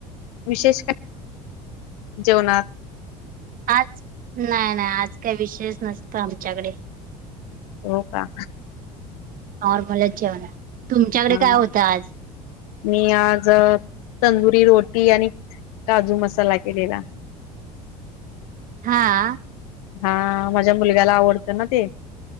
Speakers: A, on the left; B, on the right.
A: विशेष काय जेवणात
B: आज नाय नाय आज काही विषयच नसत आमच्याकडे
A: हो का
B: नॉरमलच जेवण होत तुमच्याकडे
A: हा
B: काय होतं आज
A: मी आज तंदुरी रोटी आणि काजू मसाला केलेला
B: हां
A: हा माझ्या मुलग्याला आवडतं ना ते